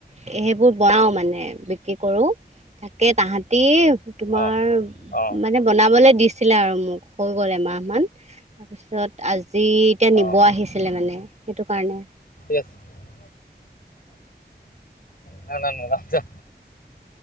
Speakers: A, on the right; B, on the left.
A: সেইবোৰ বনাও মানে। বিক্ৰী কৰো তাকে তাহাঁতি তোমাৰ
B: অ অ
A: মানে বনাবলৈ দিছিলে আৰু মোক হৈ গ'ল এমাহমান। তাৰপিছত আজি এতিয়া নিব
B: অ
A: আহিছিলে মানে সেইটো কাৰণে
B: ব <unintelligible> না না নাযাও যা